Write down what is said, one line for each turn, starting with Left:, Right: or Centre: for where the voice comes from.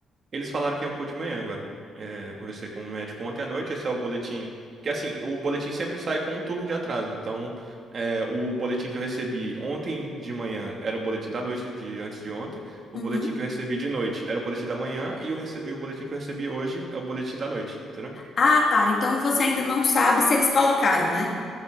Right: Eles falaram que iam pôr de manhã agora. É, eu conversei com um médico ontem à noite, esse é o boletim. Porque assim, o boletim sempre sai com um turno de atraso. Então, é, o boletim que eu recebi ontem de manhã era o boletim da noite, de antes de ontem. O
Left: Uhum.
Right: boletim que eu recebi de noite era o boletim da manhã. E o, rece- e o boletim que eu recebi hoje é o boletim da noite, entendeu?
Left: Ah, tá. Então você ainda não sabe se eles colocaram, né?